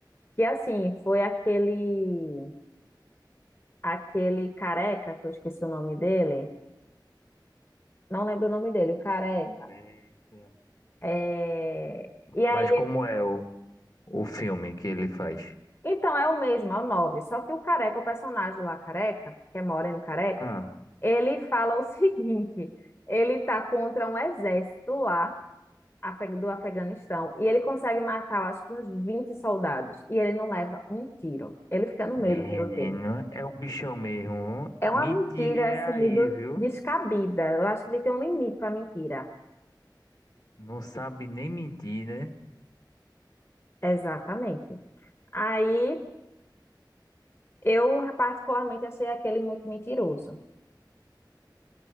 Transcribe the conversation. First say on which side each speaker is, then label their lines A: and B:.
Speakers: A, on the left; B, on the left.
A: Que, assim, foi aquele, aquele careca, que eu esqueci o nome dele Não lembro o nome dele, o Careca.
B: Eita.
A: É... E aí,
B: Mas como é o, o filme que ele faz?
A: então é o mesmo, é o 9. Só que o Careca, o personagem lá, Careca, que é Moreno Careca,
B: Ah,
A: ele fala o <laughs> seguinte: ele tá contra um exército lá afe- do Afeganistão e ele consegue matar, eu acho que uns 20 soldados e ele não leva um tiro. Ele fica no
B: menino,
A: meio do tiroteio.
B: é o bichão mesmo.
A: É uma
B: Mentir
A: mentira,
B: é
A: assim,
B: aí,
A: do-
B: viu?
A: descabida. Eu acho que ele tem um limite pra mentira.
B: Não sabe nem mentir, né?
A: Exatamente. Aí Eu, particularmente, achei aquele muito mentiroso.